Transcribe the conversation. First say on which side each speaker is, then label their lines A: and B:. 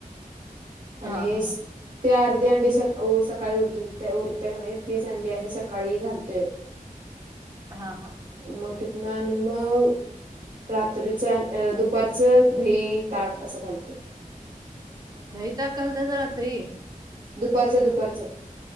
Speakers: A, on the right (about 70°); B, on the right (about 25°).
A: आणि
B: हा हा हा
A: ते अर्धे अंडी सका सकाळी उर उरते का नाही. तीच अंडी आणि सकाळी घालतोय.
B: हा हा.
A: म तिथंन आणि मग रात्रीच आणि दुपारचं दही ताक असं घालतोय.
B: दही ताक घालतासा रात्री?
A: दुपारचं दुपारचं.